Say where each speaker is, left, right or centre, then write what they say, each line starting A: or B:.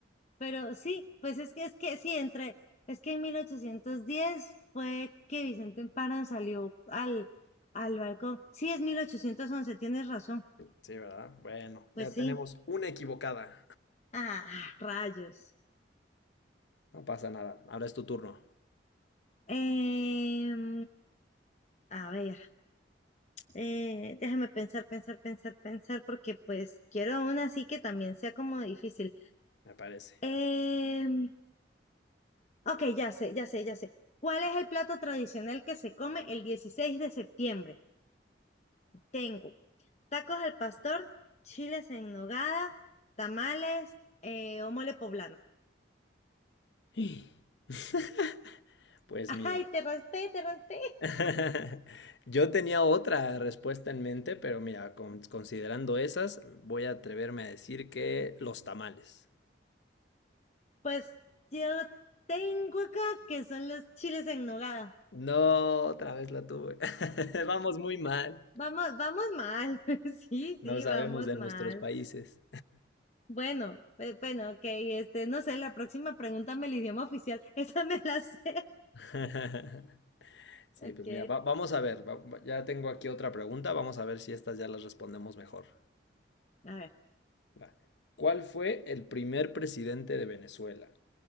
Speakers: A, on the left (about 40°); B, on the left (about 75°).
A: Pero sí, pues es que es que sí, entre, es que en 1810 fue que Vicente Emparan salió al, al balcón. Sí, es 1811, tienes razón.
B: Sí, ¿verdad? Bueno, ya
A: Pues sí.
B: tenemos una equivocada.
A: Ah, rayos.
B: No pasa nada. Ahora es tu turno,
A: Em, a ver, eh, déjame pensar, pensar, pensar, pensar, porque pues quiero una así que también sea como difícil.
B: me parece.
A: Em, ok, ya sé, ya sé, ya sé. ¿Cuál es el plato tradicional que se come el 16 de septiembre? Tengo Tacos al pastor, chiles en nogada, tamales eh, o mole poblano.
B: <laughs> Pues
A: <laughs>
B: mira,
A: Ay, te raspé, te raspé.
B: <laughs> yo tenía otra respuesta en mente, pero mira, con- considerando esas, voy a atreverme a decir que los tamales.
A: Pues yo tengo acá que son los chiles en nogada.
B: No, otra vez la tuve. <laughs> Vamos muy mal.
A: Vamos, vamos mal. <laughs> Sí,
B: No
A: sí,
B: sabemos
A: vamos
B: de
A: mal.
B: nuestros países.
A: Bueno, pe- bueno, ok, este, no sé, la próxima pregúntame el idioma oficial. <laughs> Esa me la sé.
B: <laughs> Sí,
A: Ok.
B: pues mira, va- vamos a ver. va- va- ya tengo aquí otra pregunta. Vamos a ver si estas ya las respondemos mejor.
A: A ver,
B: Va. ¿Cuál fue el primer presidente de Venezuela?